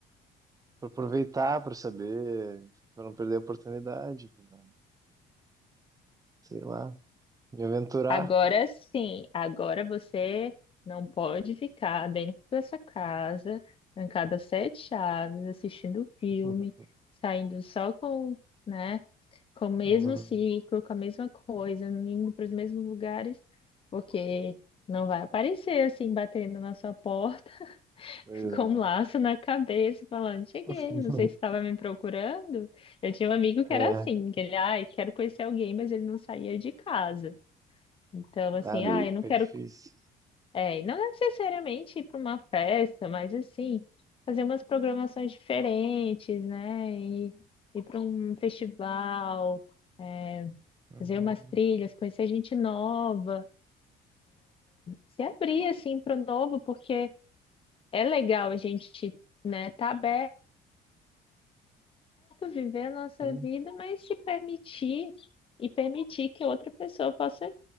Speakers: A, on the right; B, on the left.
A: aproveitar, para saber, para não perder a oportunidade, pra, sei lá, me aventurar.
B: Agora sim, agora você não pode ficar dentro dessa casa, trancada às sete chaves, assistindo filme,
A: <laughs>
B: saindo só com, né? com o mesmo
A: Uhum.
B: ciclo, com a mesma coisa, indo para os mesmos lugares, porque não vai aparecer assim, batendo na sua porta, <laughs>
A: Pois é.
B: com um laço na cabeça, e falando: Cheguei,
A: <laughs>
B: você estava me procurando? Eu tinha um amigo que
A: É,
B: era assim, que ele, ai, quero conhecer alguém, mas ele não saía de casa. Então, assim,
A: nada
B: ah,
A: aí
B: eu
A: fica
B: não quero.
A: difícil.
B: É, não necessariamente ir para uma festa, mas assim, fazer umas programações diferentes, né? E ir para um festival. é,
A: Uhum.
B: fazer umas trilhas, conhecer gente nova, se abrir assim para o novo, porque é legal a gente, né, tá aberto, viver a nossa
A: Hum,
B: vida, mas se permitir e permitir que outra pessoa possa